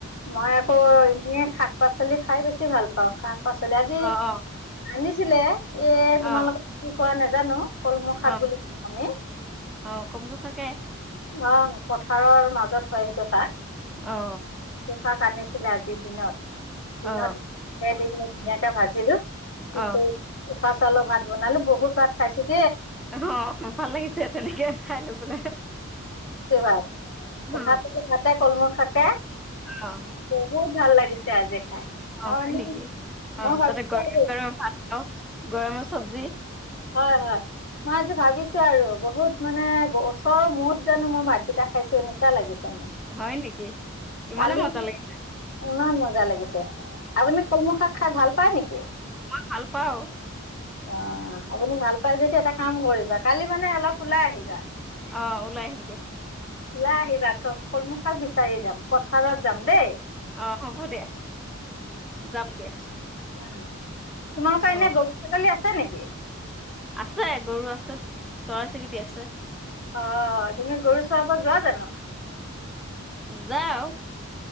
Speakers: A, on the left; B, in the centre.
A: মই আকৌ এনেই শাক পাচলি খাই বেছি ভাল পাওঁ, শাক পচলি আজি
B: অ অ
A: আনিছ ছিলে। এ তোমাৰ
B: অ
A: লগত পোৱা নাজানো। কলমৌ শাক
B: অ
A: বুলি কওঁ আমি,
B: অ কমলো শাকে
A: অ। পথাৰৰ মাজ জত হয় সেইটো শাক,
B: অ
A: টো শাক আনিছ ইনে আজি দিনত দিনত
B: অ
A: দে দি হলে ধুনীয়াকে ভাজিলো। কিন্ত
B: অ
A: খা চাউলৰ ভাত বনালো, বহুত ভাত খাইছিল।
B: অ ভাল লাগিছে তেনেকে খাই লৈ পেলাই।
A: অত, উখা
B: অ
A: <unintelligible> কলমৌ শাকে
B: অ
A: বহুত ভাল লাগিছ ছে আজি। খাই মই
B: অ হয় নেকি, অ
A: মানে
B: তাতে
A: মই ভাবিছো
B: গ
A: আৰু
B: গৰম ভাত অহ গৰমো সব্জি।
A: হয়-হয়, মই আজি ভাবিছো আৰু বহুত মানে বছৰৰ মুত জানো মই ভাতকেইটা খাইছো এনেকুৱা লাগিছে মো।
B: হয় নেকি? ইমানে
A: পালি
B: মজা লাগিছে
A: ইমান মজা লাগিছে, আপুনি কলমৌ শাক খাই ভাল পায় নেকি?
B: ভাল পাও।
A: অহ ', আপুনি ভাল পাই যদি এটা কাম কৰিবা কালি মানে অলপ ওলাই আহিবা
B: অহ ', ওলাই আহিম দে
A: ওলাই আহিবা আক কলমৌ শাক বিচাৰি যাম পথাৰত যাম দেই।
B: অহ ', হ'ব দিয়া যাম দিয়া।
A: উম <unintelligible> তোমালোকৰ এনে
B: অ
A: <unintelligible> আছে নেকি?
B: আছে গৰু আছে চৰাই চিৰিকটি আছে।
A: অহ ', তুমি গৰু চৰাব যোৱা জানো
B: যাও